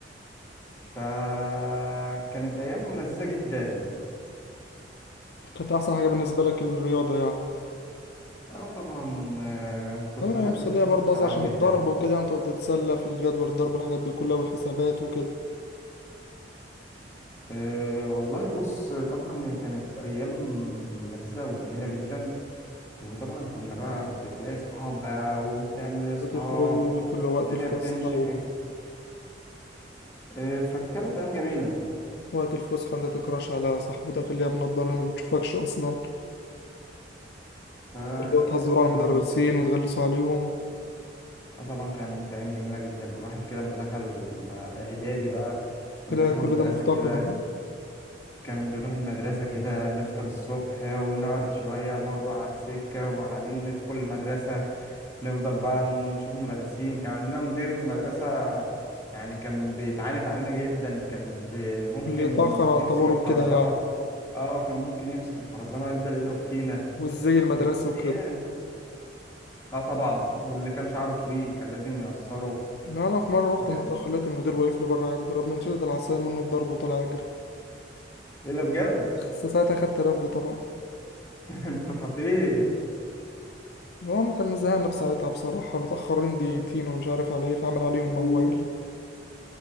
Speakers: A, on the left; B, on the left.
A: فكانت أيام لذيذة جدا
B: كانت أحسن حاجة بالنسبة لك الرياضة يعني
A: اه طبعا آه، كنت
B: أنا
A: بحب
B: يوم السلية
A: حصص
B: برضه
A: الالعاب
B: أصلا عشان
A: جدا
B: الضرب وكده يعني تقعد تتسلى في الجدول الضرب والحاجات دي كلها والحسابات وكده
A: أه والله بص طبعا هي كانت ايام لذيذه وجميله جدا وطبعا كنا بقى بتلاقي صحاب بقى وبتعمل صحاب
B: بتخرجوا وقت وقت
A: الدنيا
B: الفسحة
A: بتمشي إيه، فكانت أيام جميلة
B: وقت الفسحة انت تكراش على صاحبتك اللي هي بنضارة اللي ما بتشوفكش أصلا
A: ف
B: اللي هو تهزروا على المدرسين
A: آم،
B: وتغلسوا عليهم
A: آه طبعا كانت أيام جميلة جدا الواحد كده لما دخل لما إعدادي بقى كان
B: تلاقي
A: بيروح
B: كل
A: المدرسة
B: ده مفتقد
A: كده
B: وكده.
A: كان بيروح المدرسة كده نفطر الصبح ونقعد شوية بره على السكة وبعدين ندخل المدرسة نفضل بقى نشوف مدرسين كان عندنا مدير مدرسة يعني كان بيتعانف علينا جدا كان بي ممكن
B: اللي يتأخر على
A: يمسك
B: الطابور
A: الخرزانة
B: وكده يعني
A: اه كان ممكن يمسك الخرزانة ويفضل يضرب فينا
B: والزي المدرسي
A: فكانت أيام
B: وكده
A: اه طبعا واللي كان شعره طويل كان لازم يقصره
B: إن أنا في مرة رحت
A: ده كان
B: متأخر لقيت المدير واقف لي بره ضربني مشدد العصاية منه وضربه وطلع أجري
A: ايه ده بجد
B: ساعتها خدت رفد طبعا
A: <laughs> انت خطير
B: هو كان مزهقنا بساعتها بصراحة متأخرين دقيقتين وأنا مش عارف على إيه فعمل عليهم موال